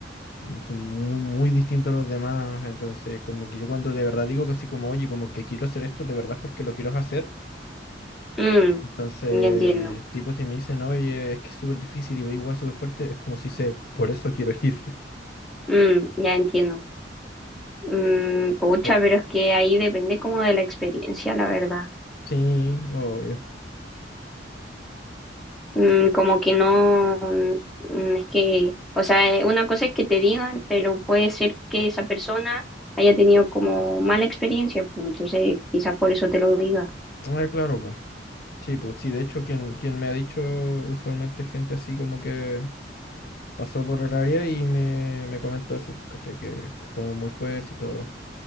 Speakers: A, on the left; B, in the centre.
A: mm, soy muy, muy distinto a los demás, entonces como que yo cuando de verdad digo que así como, oye, como que quiero hacer esto, de verdad es porque lo quiero hacer.
B: mm,
A: Entonces,
B: ya entiendo.
A: tipo, si me dicen, oye, es que es súper difícil y ve igual súper fuerte, es como si sé, por eso quiero ir.
B: Mm, ya entiendo. Mm, pucha,
A: <laughs> Pero,
B: pero es que ahí depende como de la experiencia, la verdad.
A: sí, obvio.
B: Mm, como que no, mm, es que, o sea, eh, una cosa es que te digan, pero puede ser que esa persona haya tenido como mala experiencia, pues entonces quizás por eso te lo diga.
A: Ah, claro, pues. Sí, pues sí, de hecho, quien, quien me ha dicho usualmente gente así como que pasó por el área y me, me comentó eso, pues, caché, que, que es como muy fuerte y todo.